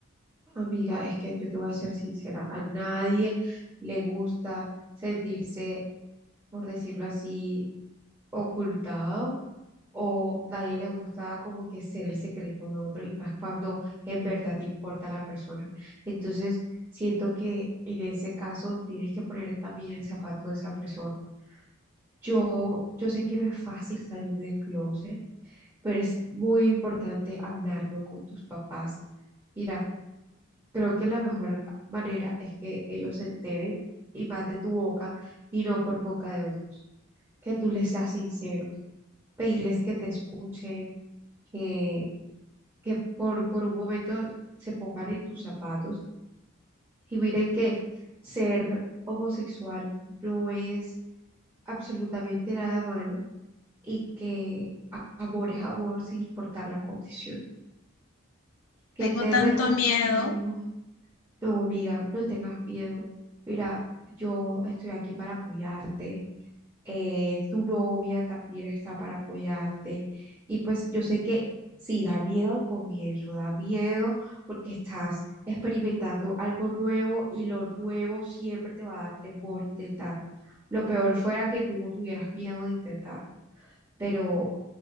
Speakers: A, on the right; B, on the left.
A: amiga, es que yo te voy a ser sincera, a nadie le gusta sentirse, por decirlo así, ocultado o nadie le gusta como que ser el secreto de otro y más cuando en verdad te importa la persona. Entonces, siento que en ese caso tienes que poner también el zapato de esa persona. Yo, yo sé que no es fácil salir del closet, pero es muy importante hablarlo con tus papás. Mira. Creo que la mejor manera es que ellos se enteren y más de tu boca y no por boca de otros. Que tú les seas sincero pedirles que te escuchen, que, que por, por un momento se pongan en tus zapatos y miren que ser homosexual no es absolutamente nada malo y que a- amor es amor sin importar la condición. Que
B: Tengo
A: te
B: tanto
A: recomiendo
B: miedo.
A: No amiga, no tengas miedo. Mira, yo estoy aquí para apoyarte. eh, tu novia también está para apoyarte. Y pues yo sé que sí, da miedo al comienzo, da miedo porque estás experimentando algo nuevo y lo nuevo siempre te va a dar temor intentar. Lo peor fuera que tú no tuvieras miedo de intentar, pero